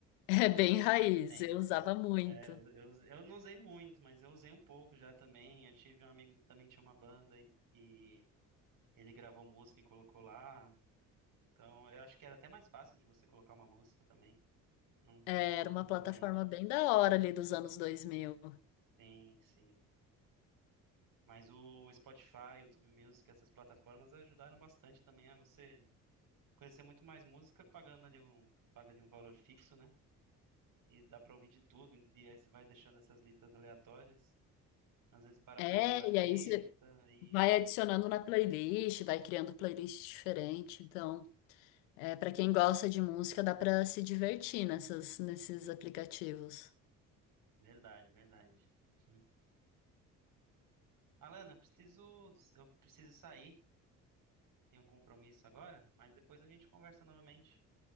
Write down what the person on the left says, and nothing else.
É bem raiz,
eu usava muito.
É, Era
uma
plataforma bem da hora ali dos anos dois mil.
É,
e aí você
vai adicionando na playlist, vai criando playlist diferente. Então, É, para quem gosta de música, dá para se divertir nessas, nesses aplicativos.